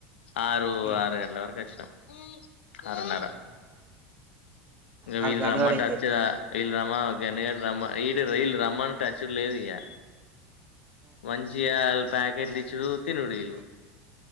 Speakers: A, on the left; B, on the right.
A: ఆరు
B: ఉమ్,
A: ఆరు గంటల వరకు వచ్చినాం ఆరున్నార
B: ఉమ్, ఉమ్.
A: ఇగా
B: ఆడు
A: వీల్
B: గనుగాడు
A: రమ్మంటే
B: ఏం
A: వచ్చిన
B: చెప్తా
A: వీల్ రామ గన్ రామన్ ఈ ఇళ్ళు రామంటేవచ్చడులేదు ఇగా మంచిగా ప్యాకెట్లు ఇచ్చడు తినుడి ఇల్లు